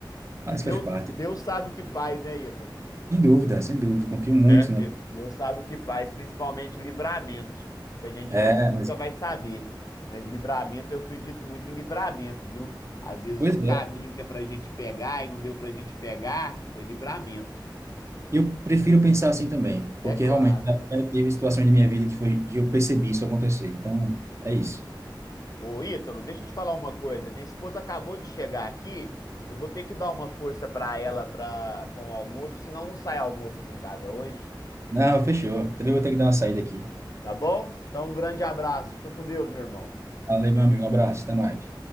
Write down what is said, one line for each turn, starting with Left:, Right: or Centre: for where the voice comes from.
Right: Mas
Left: Deus,
Right: faz parte.
Left: Deus sabe o que faz, né, Ítalo?
Right: Sem dúvida, sem dúvida. Confio muito
Left: De-
Right: na.
Left: Deus sabe o que faz, principalmente livramento, que a gente
Right: É,
Left: não, nunca
Right: mas.
Left: vai saber. Mas livramento, eu acredito muito em livramento, viu? Às vezes
Right: Pois
Left: um caminho
Right: é.
Left: que é pra gente pegar e não deu pra gente pegar, foi livramento.
Right: Eu prefiro pensar assim também, porque
Left: É claro.
Right: realmente já já teve situações da minha vida que foi que eu percebi isso acontecer. Então, é isso.
Left: Ô, Ítalo, deixa eu te falar uma coisa. Minha esposa acabou de chegar aqui. Eu vou ter que dar uma força pra ela pra, com o almoço, senão não sai almoço aqui em casa hoje.
Right: Não, fechou. Também vou ter que dar uma saída aqui.
Left: Tá bom? Então, um grande abraço. Fica com Deus, meu irmão.
Right: Valeu, meu amigo. Um abraço. Até mais.